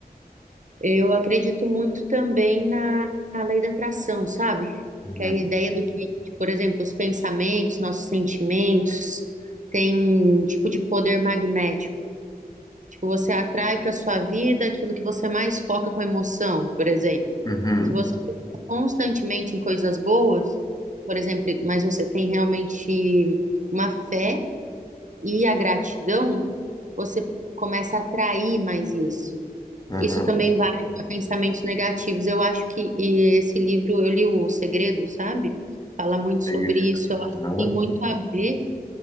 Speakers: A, on the right; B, on the left.
A: Eu acredito muito também na, na lei da atração, sabe?
B: Uhum.
A: Que é a ideia do que, por exemplo, os pensamentos, nossos sentimentos, têm um tipo de poder magnético. Tipo, você atrai para sua vida aquilo que você mais foca com emoção, por exemplo.
B: Uhum.
A: Se você pensa constantemente em coisas boas, por exemplo, mas você tem realmente uma fé e a gratidão, você começa a atrair mais isso.
B: Uhum.
A: Isso também vale para pensamentos negativos. Eu acho que e esse livro, eu li O Segredo, sabe? Fala muito sobre
B: Ele-
A: isso. Eu acho
B: Uhum.
A: que tem muito a ver